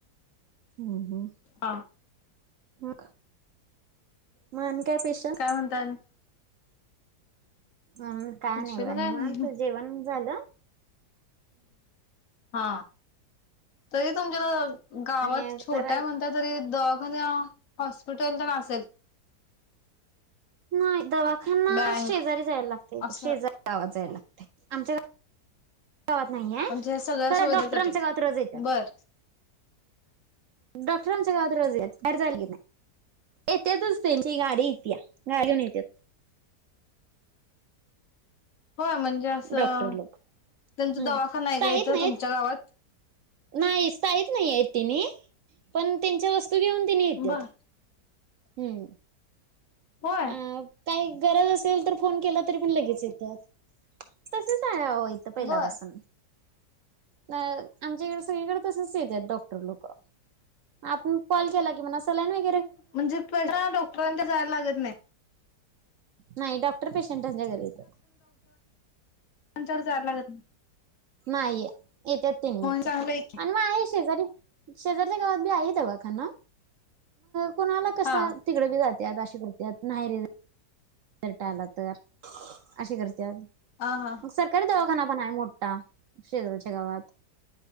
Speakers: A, on the right (about 65°); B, on the left (about 55°).
A: ह हा.
B: हा.
A: ह मग आणि काय स्पेशल.
B: काय म्हणताय आणि?
A: हम का नाही
B: स्पेशल
A: बघा
B: काय
A: निवांत
B: नाही.
A: जेवण झालं.
B: हा तरी तुमच्याला गावात
A: आणि
B: छोटा
A: जरा
B: आहे म्हणताय तरी. मग हॉस्पिटलतेन असेल
A: नाही दवाखाना
B: बँक
A: शेजारी जायला लागते
B: असं
A: शेजारी गावात जायला लागते आमच्या गावात गावात नाही आहे
B: म्हणजे सगळ्या
A: खरं
B: सुविधेसाठी
A: डॉक्टर आमच्या गावात रोज येतात
B: बर
A: डॉक्टर म् आमच्या गावात रोज येतात बाहेर जायला लागत नाही येत्यातच त्यांची गाडी येत गाडी घेऊन येत
B: होय म्हणजे असं
A: डॉक्टर लोक
B: त्यांचा
A: हम्
B: दवाखाना आहे का
A: येत
B: इथं
A: नाही
B: तुमच्या गावात
A: नाही स्थायिक नाहीये तिने पण त्यांच्या वस्तू घेऊन तिने येत्या
B: बर
A: हम्म
B: हो
A: अ काही गरज असेल तर फोन केला तरी पण लगेच येतेत तस आहे ह इथं पहिल्यापासून.
B: बर.
A: अ आमच्या इकडे सगळीकडे तसच येतात डॉक्टर लोक. आपण कॉल केला कि म्हणा असलाय ना ही.
B: म्हणजे पशा डॉक्टरांच्या जायला लागत नाही.
A: नाही डॉक्टर पेशंटांच्या घरी येत.
B: डॉक्टरांच्या कड चार हार लागत ना.
A: नाही येत तेनी येत
B: चांगलं आहे की.
A: आणि माय शेजारी शेजारीच्या गावात बी आहे आहे दवाखाना. कोुणाला कस
B: हा
A: तिकड बी जात अशी करत नाही रे. टाला तर असे करते आ
B: हा हा
A: मग सरकारी दवा खना पण आहे मोठा शेजऱाच्या गावात.